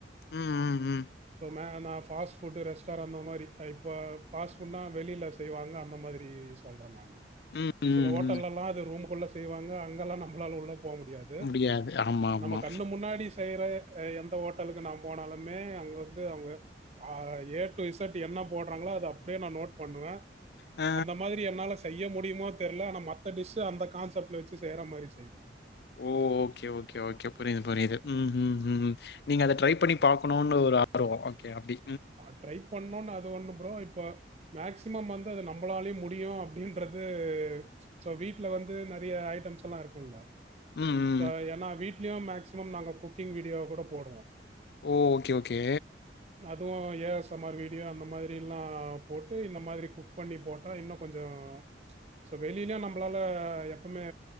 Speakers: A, on the left (about 60°); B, on the right (about 35°).
A: ம் ம் ம்
B: ஸோ மே நா ஃபாஸ்ட் ஃபுட்டு ரெஸ்டார் அந்தமாரி இப்ப ஃபாஸ்ட் ஃபுட்னா வெளில செய்வாங்க அந்தமாதிரி சொ சொல்றே நானு
A: ம், ம்,
B: சில ஹோட்டல்லலா
A: ம்.
B: அது ரூமுக்குள்ள செய்வாங்க அங்கல்லா நம்ளால உள்ள போ முடியா து
A: முடியாது. ஆமாமா.
B: நம்ப கண்ணு முன்னாடி செய்ற எந்த ஓட்டலுக்கு நா போனாலுமே வந்து அவுங்க ஆ ஏ டூ இசட் என்ன போட்றாங்களோ அத அப்டியே நா நோட் பண்ணுவே
A: அ.
B: அந்த மா ரி என்னால செய்ய முடிமோ தெர்ல ஆனா மத்த டிஷ்ஷு அந்த கான்செப்ட்ல வெச்சு செய்ற மாரி செய்வே
A: ஓ ஓகே ஓகே ஓகே புரிது புரிது ம் ஹும் ம் நீங்க அத ட்ரை பண்ணி
B: சரி.
A: பாக்கணுன் ஒரு ஆர்வோ ஓகே அப்டி
B: ஆ ட்ரை பண்ணுன் அது ஒண்ணு ப்ரோ இப்ப மேக்சிமம் வந்து அது நம்ளாலயே முடியு அப்டின்றது ஸோ வீட்ல வந்து நறிய ஐட்டம்ஸ்ல்லா இருக்குல
A: ம் ம்
B: ஸோ ஏனா வீட்லயு மேக்ஸிமம் நாங்க குக்கிங் வீடியோ கூட போடுவோ
A: ஓ ஓகே ஓகே
B: அதுவு A S M R video அந்த மாரிலா போட்டு இந்த மாத்ரி குக் பண்ணி போட்டா இன்னு கொஞ்சோ ஸோ வெளிலயு நம்ளால எப்பமே